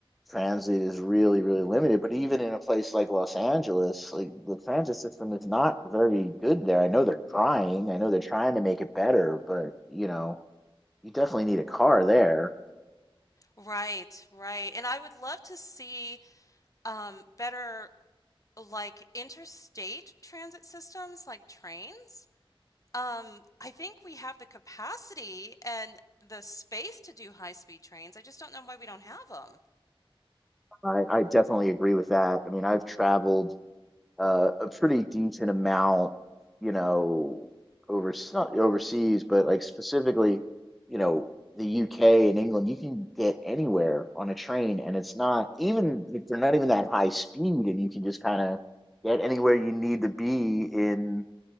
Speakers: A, in the centre; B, on the left (about 35°).
A: transit is really, really limited. But even in a place like Los Angeles, like the transit system is not very good there. I know they're trying. I know they're trying to make it better, but you know, you definitely need a car there.
B: Right, right. And I would love to see um better like interstate transit systems like trains. Um, I think we have the capacity and the space to do high-speed trains. I just don't know why we don't have them.
A: I, I definitely agree with that. I mean, I've traveled uh, a pretty decent amount, you know, over not overseas, but like specifically, you know, the UK and England, you can get anywhere on a train, and it's not even if they're not even that high speed, and you can just kind of get anywhere you need to be in